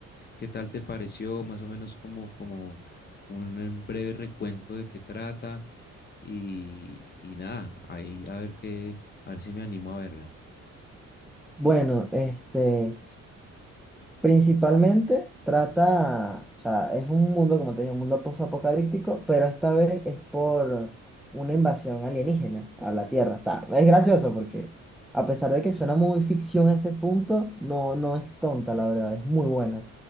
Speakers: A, on the left (about 35°); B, in the centre.
A: ¿Qué tal te pareció? Más o menos como, como un breve recuento de qué trata y, y nada, ahí a ver qué, a ver si me animo a verla.
B: Bueno, este, Principalmente trata, o sea, es un mundo, como te dije, un mundo post-apocalíptico, pero esta vez es por una invasión alienígena a la Tierra. O sea, es gracioso porque a pesar de que suena muy ficción a ese punto, no, no es tonta, la verdad, es muy buena.